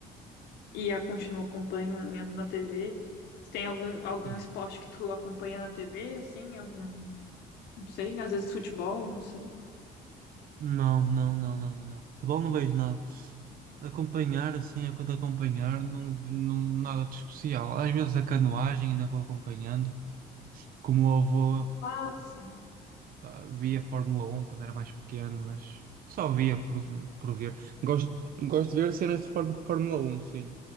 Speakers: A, on the left (about 80°); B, on the right (about 60°).
A: e eu continuo acompanhando na TV. Se tem algum, algum
B: Sim.
A: esporte que tu acompanha na TV, assim, algum, não sei, às vezes futebol, não sei.
B: Não, não, não, não, não, não. Futebol não vejo nada. Acompanhar, assim, é quando acompanhar, não, não, nada de especial. Às vezes a canoagem ainda vou acompanhando. Como o avô
A: Ah, sim.
B: Pá, via Fórmula 1 quando era mais pequeno, mas só via por, por ver. Gosto, gosto de ver cenas de Fór- Fórmula 1, sim,